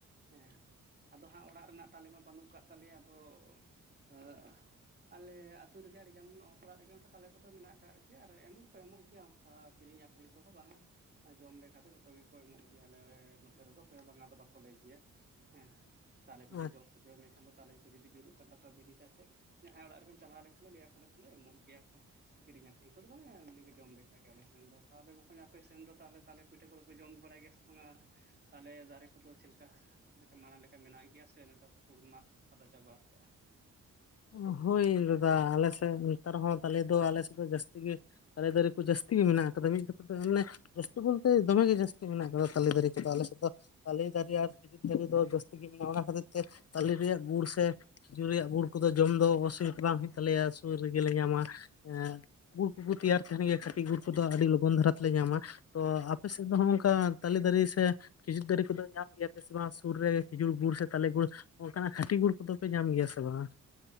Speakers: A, on the right (about 30°); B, on the left (about 50°).
A: ᱦᱮᱸ ᱾ ᱟᱫᱚ ᱦᱟᱸᱜ ᱚᱲᱟᱜ ᱨᱮᱱᱟᱜ ᱛᱟᱞᱮ ᱢᱟ ᱵᱟᱹᱱᱩᱜ ᱠᱟᱜ ᱛᱟᱞᱮᱭᱟ ᱟᱫᱚ ᱮᱸᱜ ᱟᱞᱮᱭᱟᱜ ᱟᱹᱛᱩ ᱨᱮᱜᱮ ᱟᱹᱰᱤᱜᱟᱱ ᱚᱲᱟᱜ ᱨᱮᱜᱮ ᱛᱟᱞᱮ ᱠᱚᱫᱚ ᱢᱮᱱᱟᱜ ᱠᱟᱜ ᱜᱮᱭᱟ ᱟᱨ ᱮᱢ ᱫᱚᱠᱚ ᱮᱢᱚᱜ ᱜᱮᱭᱟ ᱚᱱᱠᱟ ᱠᱤᱨᱤᱧ ᱟᱠᱷᱨᱤᱧ ᱠᱚᱦᱚᱸ ᱵᱟᱝ-ᱟ ᱾ ᱡᱚᱢ ᱞᱮᱠᱷᱟ ᱫᱚ ᱡᱷᱚᱛᱚ ᱜᱮᱠᱚ ᱮᱢᱚᱜ ᱜᱮᱭᱟ ᱟᱞᱮ ᱱᱚᱛᱮ ᱨᱮᱫᱚ ᱚᱠᱚᱭ ᱦᱚᱸ ᱵᱟᱝ-ᱟ ᱫᱚ ᱵᱟᱠᱚ ᱞᱟᱹᱭ ᱜᱮᱭᱟ ᱾ ᱦᱮᱸ ᱛᱟᱦᱞᱮ ᱯᱤᱴᱷᱟᱹ
B: ᱟᱨ
A: ᱡᱚᱢ ᱦᱚᱪᱚ ᱢᱮᱠᱷᱟᱱ ᱫᱚ ᱛᱟᱞᱮ ᱠᱚ ᱡᱩᱫᱤ ᱧᱩᱨᱩᱜ ᱠᱟᱱ ᱛᱟᱠᱚᱣᱟ ᱵᱤᱞᱤ ᱠᱟᱛᱮ ᱡᱟᱦᱟᱸᱭ ᱚᱲᱟᱜ ᱨᱮᱜᱮᱢ ᱪᱟᱞᱟᱣ ᱞᱮᱠᱷᱟᱱ ᱞᱟᱹᱭᱟ ᱠᱚ ᱛᱟᱞᱮ ᱮᱢᱚᱜ ᱜᱮᱭᱟ ᱠᱚ ᱠᱤᱨᱤᱧ ᱟᱹᱠᱷᱨᱤᱧ ᱠᱚ ᱫᱚ ᱵᱟᱝ ᱮ ᱮᱢᱱᱤ ᱜᱮ ᱡᱚᱢ ᱞᱮᱠᱷᱟ ᱜᱮ ᱟᱞᱮ ᱥᱮᱱ ᱫᱚ, ᱛᱟᱦᱚᱞᱮ ᱵᱚᱠᱚᱧ ᱟᱯᱮ ᱥᱮᱱ ᱫᱚ ᱛᱟᱦᱚᱞᱮ ᱛᱟᱞᱮ ᱯᱤᱴᱷᱟᱹ ᱠᱚᱫᱚ ᱯᱮ ᱡᱚᱢ ᱵᱟᱲᱟᱭ ᱜᱮᱭᱟ ᱥᱮ ᱵᱟᱝᱼᱟ ᱟᱨ ᱛᱟᱦᱚᱞᱮ ᱫᱟᱨᱮ ᱠᱚᱫᱚ ᱪᱮᱫᱞᱮᱠᱟ ᱞᱮᱠᱟ ᱢᱟᱲᱟᱝ ᱞᱮᱠᱟ ᱢᱮᱱᱟᱜ ᱜᱮᱭᱟ ᱥᱮ ᱱᱮᱛᱟᱨ ᱫᱚᱠᱚ ᱢᱟᱜ <unintelligible> ᱪᱟᱵᱟ ᱠᱟᱜᱼᱟ?
B: ᱦᱳᱭ ᱫᱟᱫᱟ ᱟᱞᱮ ᱥᱮᱫ ᱱᱮᱛᱟᱨ ᱦᱚᱸ ᱛᱟᱞᱮ ᱫᱚ ᱟᱞᱮ ᱥᱮᱫ ᱫᱚ ᱡᱟᱹᱥᱛᱤ ᱜᱮ ᱛᱟᱞᱮ ᱫᱟᱨᱮ ᱠᱚ ᱡᱟᱹᱥᱛᱤ ᱜᱮ ᱢᱮᱱᱟᱜ ᱠᱟᱫᱟ ᱢᱤᱫ ᱠᱟᱛᱷᱟ ᱛᱮ ᱚᱱᱮ ᱡᱟᱹᱥᱛᱤ ᱵᱚᱞᱛᱮ ᱫᱚᱢᱮ ᱜᱮ ᱡᱟᱹᱥᱛᱤ ᱢᱮᱱᱟᱜ ᱠᱟᱫᱟ ᱛᱟᱞᱮ ᱫᱟᱨᱮ ᱠᱚᱫᱚ ᱟᱞᱮ ᱥᱮᱫ ᱫᱚ ᱛᱟᱞᱮ ᱫᱟᱨᱮ ᱟᱨ ᱠᱷᱤᱡᱩᱨ ᱫᱟᱨᱮ ᱫᱚ ᱡᱟᱹᱥᱛᱤ ᱜᱤ ᱢᱮᱱᱟᱜ ᱚᱱᱟ ᱠᱷᱟᱹᱛᱤᱨ ᱛᱮ ᱛᱟᱞᱮ ᱨᱮᱭᱟᱜ ᱜᱩᱲ ᱥᱮ ᱠᱷᱤᱡᱩᱨ ᱨᱮᱭᱟᱜ ᱜᱩᱲ ᱠᱚ ᱫᱚ ᱡᱚᱢ ᱫᱚ ᱚᱥᱩᱵᱤᱫᱟ ᱵᱟᱝ ᱦᱩᱭᱩᱜ ᱛᱟᱞᱮᱭᱟ ᱥᱩᱨ ᱨᱮ ᱜᱮᱞᱮ ᱧᱟᱢᱟ ᱮᱜ ᱜᱩᱲ ᱩᱱᱠᱩ ᱠᱚ ᱛᱮᱭᱟᱨ ᱛᱟᱦᱮᱸᱱ ᱜᱮᱭᱟ ᱠᱷᱟᱹᱴᱤᱡ ᱜᱩᱨ ᱠᱚᱫᱚ ᱟᱹᱰᱤ ᱞᱚᱜᱚᱱ ᱫᱷᱟᱨᱟ ᱛᱮᱞᱮ ᱧᱟᱢᱟ ᱛᱚ ᱟᱯᱮ ᱥᱮᱫ ᱫᱚ ᱱᱚᱜ ᱱᱚᱝᱠᱟ ᱛᱟᱞᱮ ᱫᱟᱨᱮ ᱥᱮ ᱠᱷᱤᱡᱩᱨ ᱫᱟᱨᱮ ᱠᱚᱫᱚ ᱧᱟᱢ ᱜᱮᱭᱟ ᱯᱮᱥ ᱥᱮ ᱵᱟᱝ ᱥᱩᱨ ᱨᱮ ᱠᱷᱤᱡᱩᱨ ᱜᱩᱲ ᱥᱮ ᱛᱟᱞᱮ ᱜᱩᱲ ᱚᱝᱠᱟᱱᱟᱜ ᱠᱷᱟᱹᱴᱤ ᱜᱩᱲ ᱠᱚᱫᱚ ᱯᱮ ᱧᱟᱢ ᱜᱮᱭᱟ ᱥᱮ ᱵᱟᱝᱟ?